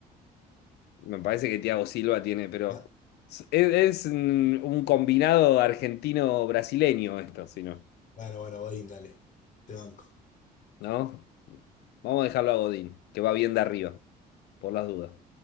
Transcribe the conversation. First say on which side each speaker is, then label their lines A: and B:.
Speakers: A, on the left (about 75°); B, on the left (about 50°).
A: Me parece que Thiago Silva tiene, pero
B: Ya.
A: es, es un un combinado argentino-brasileño esto, si no,
B: Bueno, bueno, Godín, dale. Te banco.
A: ¿no? Vamos a dejarlo a Godín, que va bien de arriba, por las dudas.